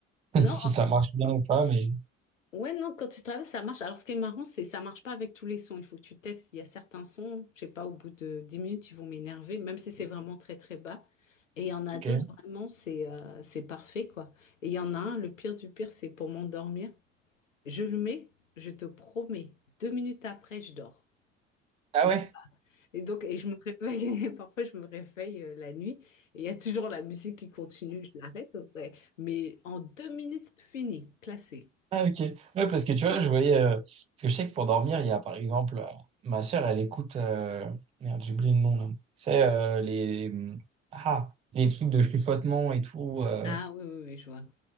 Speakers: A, on the right; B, on the left.
A: <laughs>
B: Non,
A: si ça marche bien ou pas. Mais,
B: Ouais, non, quand tu travailles, ça marche. Alors, ce qui est marrant, c'est ça marche pas avec tous les sons. Il faut que tu testes. Il y a certains sons, je sais pas, au bout de 10 minutes, ils vont m'énerver, même si c'est vraiment très, très bas. Et il y en a
A: ok.
B: d'autres, vraiment, c'est euh, c'est parfait, quoi. Et il y en a un, le pire du pire, c'est pour m'endormir. Je le mets, je te promets, deux minutes après, je dors.
A: Ah
B: Même-
A: ouais?
B: Et donc, et je me réveille, <laughs> parfois, je me réveille euh, la nuit, et il y a toujours la musique qui continue, je l'arrête, ouais. Mais en deux minutes, c'est fini, classé.
A: Ah, ok. Ouais, parce que tu vois, je voyais. euh, parce que je sais que pour dormir, il y a par exemple. euh, ma sœur, elle écoute. euh, merde, j'ai oublié le nom là. C'est euh, les. Ah, les trucs de chuchotement et tout. Euh,
B: Ah oui, oui, oui, je vois.